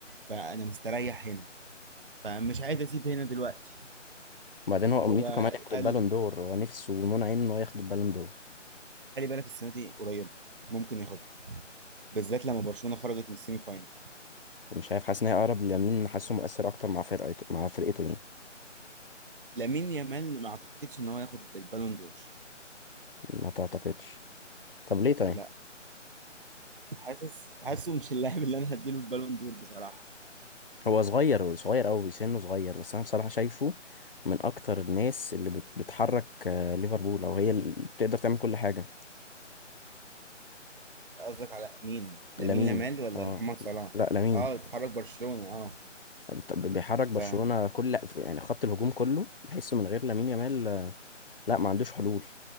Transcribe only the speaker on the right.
فانا مستريح هنا فمش عايز اسيب هنا دلوقتي
هو
قال
خلي بالك السنه دي قريبه ممكن ياخدها بالذات لما برشلونه خرجت من السيمي فاينل
لامين يامال ما اعتقدش ان هو ياخد البالون دور
لا حاسس حاسه مش اللاعب اللي انا هديله البالون دور بصراحه
قصدك على مين لامين
يامال ولا
محمد صلاح
اه اتحرك برشلونه اه
فهو